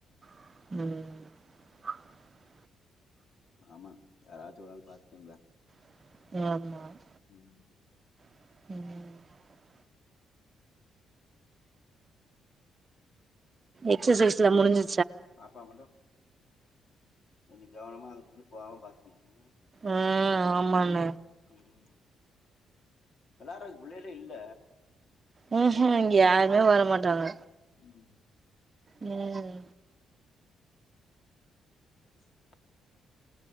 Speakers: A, on the right (about 30°); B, on the left (about 55°).
A: ம்
B: ஆமா யாராச்சும் ஒருஆள் பாத்துக்கோங்க
A: <inaudible>
B: உம்
A: ம் எக்சசைஸ்லாம் முடிஞ்சு
B: ஆமா மேடம் கொஞ்சம் கவனமா அங்கிட்டு இங்கிட்டு போகாம பாத்துக்கணும்
A: அஹ் ஆமாண்ண
B: ம் ம் வெளாற்றக்கு பிள்ளேல இல்ல
A: ம் ஹும் இங்க யாருமே வர மாட்டாங்க
B: உம்
A: ம்
B: <inaudible>